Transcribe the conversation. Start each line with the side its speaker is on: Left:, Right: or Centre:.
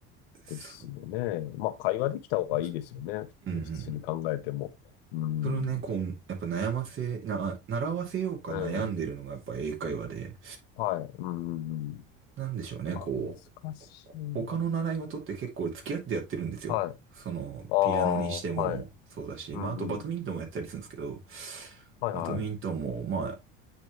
Right: そう、
Left: ですよね。まあ、会話できた方がいいですよね。
Right: そうですね。うんうん。
Left: 普通に考えても。うーん。
Right: そのね、こう、やっぱ悩ませ、な、習わせようか悩んでるのがやっぱ英会話で、
Left: うん。はい。うーん。うん
Right: なんでしょうね、
Left: まあ、
Right: こ
Left: 難しいな。
Right: う、他の習い事って結構付き合ってやってるんですよ。
Left: はい。
Right: その、
Left: ああ、
Right: ピアノにしてもそうだし、
Left: はい。うんうん。
Right: まあ、あとバドミントンもやったりするんですけど、
Left: はいはい。
Right: バドミントンも、まあ、